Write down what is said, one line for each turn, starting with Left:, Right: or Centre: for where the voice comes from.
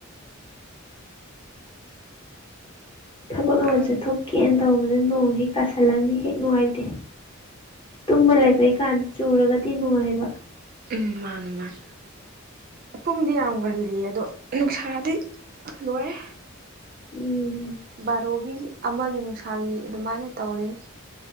Left: ꯊꯕꯛ ꯑꯃ
Right: ꯈꯪꯉꯦ
Left: ꯆꯠꯊꯣꯛꯀꯦꯅ ꯇꯧꯕꯗ ꯅꯣꯡ ꯍꯦꯛ ꯇꯥꯁꯜꯂꯅꯤ ꯍꯦꯛ ꯅꯨꯡꯉꯥꯏꯇꯦ꯫ ꯇꯨꯝꯃ ꯂꯩꯕꯩꯀꯥꯟꯗ ꯆꯨꯔꯒꯗꯤ ꯅꯨꯡꯉꯥꯏꯕ
Right: ꯃꯅꯤ ꯃꯅꯤ꯫ ꯑꯄꯨꯝꯗꯤ ꯌꯥꯝ ꯉꯜꯂꯤ ꯑꯗꯣ ꯅꯨꯡꯁꯥꯗꯤ ꯂꯣꯏꯔꯦ꯫
Left: ꯎꯝ
Right: ꯕꯥꯔꯣꯒꯤ ꯑꯃꯒꯤ ꯅꯨꯡꯁꯥꯒꯤ ꯑꯗꯨꯃꯥꯏꯅ ꯇꯧꯔꯤ꯫